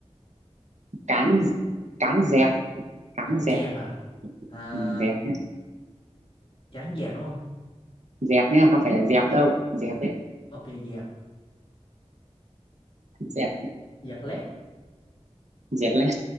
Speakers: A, on the right; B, on the left.
A: cán cán dẹp cán
B: cán
A: dẹp
B: dẹt à à
A: Ừ, dẹp nha
B: cán dẹt đúng không
A: dẹp nha không phải là dẹp đâu dẹp đấy
B: ok dẹp
A: dẹt
B: dẹp lép
A: dẹt lép